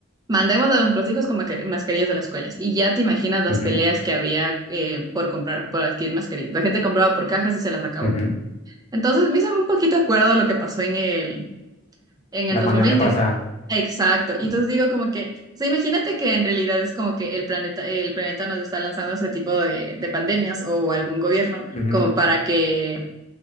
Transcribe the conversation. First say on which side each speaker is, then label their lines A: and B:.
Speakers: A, on the right; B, on the left.
A: Mandemos a nuestros hijos con maca- mascarillas a las escuelas. Y ya te imaginas las
B: ujú,
A: peleas que había eh, por comprar, por adquirir mascarillas. La gente compraba por cajas y se las acabó.
B: ujú.
A: Entonces, me hizo un poquito acuerdo a lo que pasó en el, en el
B: La
A: 2020.
B: pandemia pasa.
A: Exacto. Y entonces digo como que, o sea, imagínate que en realidad es como que el planeta, el planeta nos está lanzando ese tipo de, de pandemias o algún gobierno
B: ujú, ujú.
A: como para que